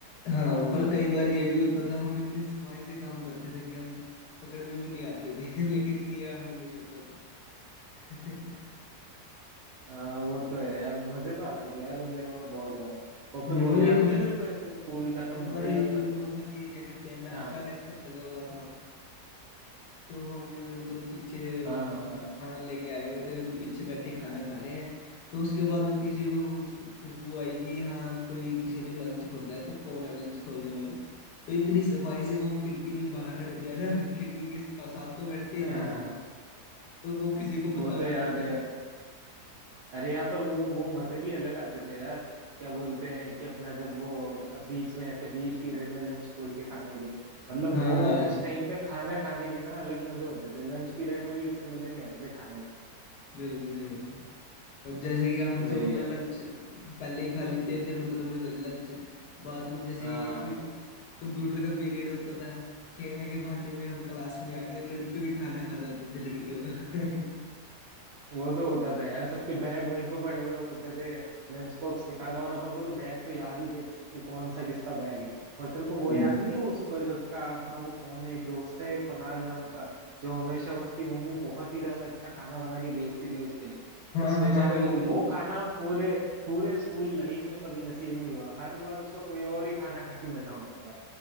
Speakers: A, on the left; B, on the right.
A: हाँ पर कई बार ये भी होता था हम इतनी सफाई से काम करते थे कि हम पकड़ में भी नहीं आते थे <laughs> लेकिन किया हमें नहीं होता था <laughs>
B: अ, वो तो है यार मजे तो आते थे यार उन दिनों में बहुत ज्यादा और
A: हम्म,
B: फिर वो याद
A: और एक
B: नहीं है तेरे को ऐसे स्कूल खत्म
A: <laughs> एक
B: होते
A: बार
B: ही
A: ये
B: अपन
A: जी वो था कि क्या कहते हैं मैथ
B: हाँ,
A: का लेक्चर लगा हुआ था तो हम मतलब पीछे रोटी
B: हाँ
A: खाना खाना लेके आए हुए थे पीछे बैठे खाना खा रहे हैं तो उसके बाद किसी को खुश- खुशबू आई कि हाँ कोई किसी ने लंच खोला है तो कौन है लंच खोलने वाला तो इतनी सफाई से वो खिड़की के बाहर रख दिया ना <laughs> खिड़की के पास- साथ तो बैठते
B: <laughs>
A: ही
B: हाँ,
A: थे तो वो किसी को
B: वो
A: पता
B: तो याद
A: भी लगे
B: है अरे यहाँ पर वो वो मजे भी अलग आते थे यार क्या बोलते हैं कि अपना जब वो बीच में ऐसे बीच पीरियड में लंच खोल के खाने के मतलब
A: हाँ
B: वो
A: हाँ
B: उस टाइम पे खाना खाने के ना अलग मजे होते थे लंच पीरियड में भी उतने मजे नहीं आते थे खाने में
A: बिल्कुल सही होता है और जैसे कि हम
B: वही
A: तो अपना
B: यार
A: लंच पहले ही खा लेते थे मतलब लंच बाद में जैसे
B: हाँ
A: कि एक कंप्यूटर का पीरियड होता था खेलने के बहाने में हम क्लास में आ गए और लड़कियों की खाना खा जाते थे लड़कियों का <laughs>
B: वो तो होता था यार सबके बैग वहीं पे पड़े हुए होते थे लंच बॉक्स निकाला और अपन को तो बैग तो याद ही थे कि कौन सा किसका बैग है और तेरे को वो
A: हाँ
B: याद
A: जी।
B: नहीं है उस ब- का अपना वो कौन है एक दोस्त है कुणाल नाम का जो हमेशा उसकी मम्मी बहुत ही ज्यादा अच्छा खाना बना के भेजती थी उसके लिए
A: हाँ
B: उस बेचारे
A: हाँ बिल्कुल
B: को वो खाना पूरे पूरे स्कूल लाइफ में कभी नसीब नहीं हुआ हर बार उसका कोई और ही खाना खा के बैठा होता था